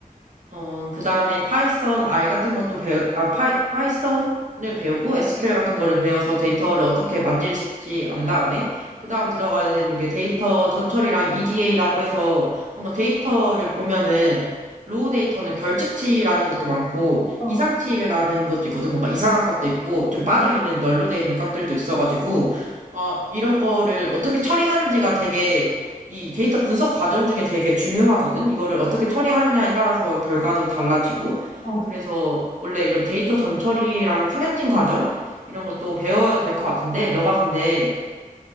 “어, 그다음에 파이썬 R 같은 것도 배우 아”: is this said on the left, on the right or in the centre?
Right